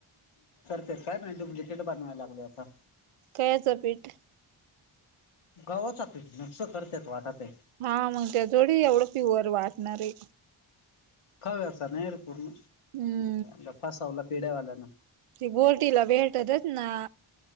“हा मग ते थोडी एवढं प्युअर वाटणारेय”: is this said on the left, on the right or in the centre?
Right